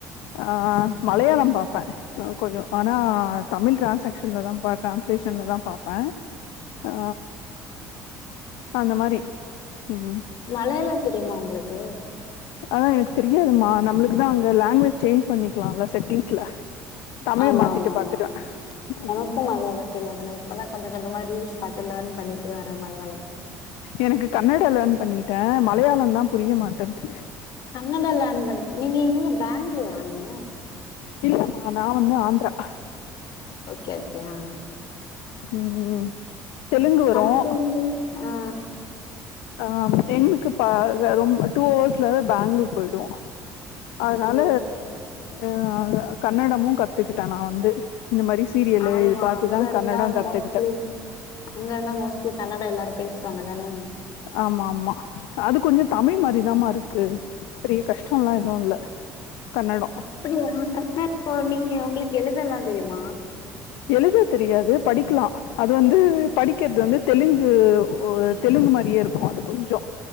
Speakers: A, on the left; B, on the left.
A: ஆ மலையாளம்
B: ம்
A: பாப்பே கொஞ்ச ஆனா தமிழ் டிரான்சாக்ஸன்ல தா பாக்கலா சேஸன்ல தா பாப்பே ஆ அந்த மாரி ம்
B: மலையாளம் தெரியுமா உங்களுக்கு
A: அதலா எனக்கு தெரியாதுமா நம்மளுக்கு தா அங்க லாங்குவேஜ் சேஞ்ச் பண்ணிக்கலாம்ல செட்டிங்ஸ்ல தமிழ
B: ஆமா
A: மாத்திட்டு
B: ஆமா ஆமா
A: பாத்துருவே
B: ஆ
A: ம்
B: எனக்கு மலையாள தெரியாது நை அப்பதா கொஞ்ச கொஞ்சமா ரீல்ஸ் பாத்து லேன் பண்ணி ட்டு வர மாரிதா
A: எனக்கு கன்னடா லேர்ன் பண்ணிட்டே மலையாளந்தா புரிய மாட்டந்து
B: கன்னடா லேன் பண்ண நீங்க இங்க பெங்களூர் ஆ நீங்க
A: இல்லமா நா வந்து ஆந்த்ரா
B: ஓகே ஓகே ஆ
A: ம் ம் தெலுங்கு வரு
B: சமப்ப இங்கே ஆ
A: ஆ எங்களுக்கு பா ரொம்ப டூ ஹர்ஸ்ல பெங்களூர் போய்டு அதனால
B: ஓ
A: அ கன்னடமு கத்துக்கிட்டே நா வந்து இந்த மாரி சீரியலு
B: ஆமா
A: இது பாத்துதா
B: இருந்தா
A: கன்னடோ கத்துக்கிட்டே
B: மோஸ்ட்லி அங்க அங்க மோஸ்ட்லி கன்னடா எல்லாரு பேசுவாங்க தானே
A: ஆமா ஆமா அது கொஞ்சோ தமிழ் மாரிதாம இருக்கு பெரிய கஷ்டோ எல்லா எதுவு இல்ல கன்னடோ
B: இப்ப நீங்க உ கன்னடோ நீங்க உங்களுக்கு எழுத எல்லா தெரியுமா
A: எழுதத் தெரியாது படிக்கலா அது வந்து படிக்கிறது வந்து தெலுங்கு தெலுங்கு மாரியே இருக்கு அது கொஞ்சோ